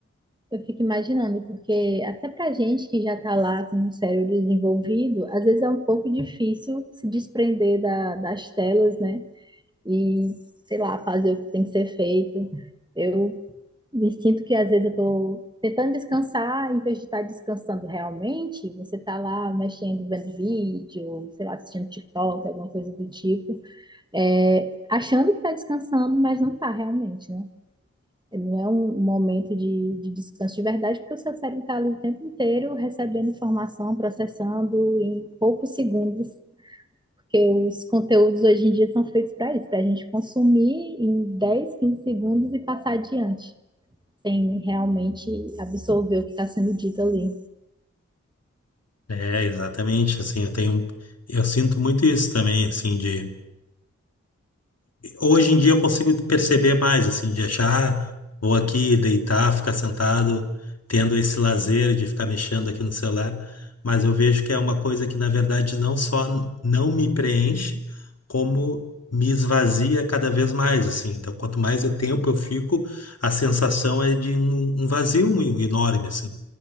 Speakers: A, on the right (about 15°); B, on the left (about 60°).
A: Eu fico imaginando, porque até pra gente que já tá lá com o cérebro desenvolvido, às vezes é um pouco difícil se desprender da- das telas, né? E, sei lá, fazer o que tem que ser feito. Eu me sinto que às vezes eu tô tentando descansar, em vez de estar descansando realmente, você tá lá mexendo, vendo vídeo, sei lá, assistindo TikTok, alguma coisa do tipo, é, achando que tá descansando, mas não tá realmente, né? Não é um momento de, de descanso de verdade, porque o seu cérebro está ali o tempo inteiro recebendo informação, processando em poucos segundos, porque os conteúdos hoje em dia são feitos para isso, para a gente consumir em 10, 15 segundos e passar adiante, sem realmente absorver o que está sendo dito ali.
B: É, exatamente, assim, eu tenho, eu sinto muito isso também, assim, de Hoje em dia eu consigo perceber mais, assim, de achar, vou aqui deitar, ficar sentado, tendo esse lazer de ficar mexendo aqui no celular, mas eu vejo que é uma coisa que, na verdade, não só não me preenche, como me esvazia cada vez mais, assim. Então, quanto mais eu tempo eu fico, a sensação é de um, um vazio enorme, assim.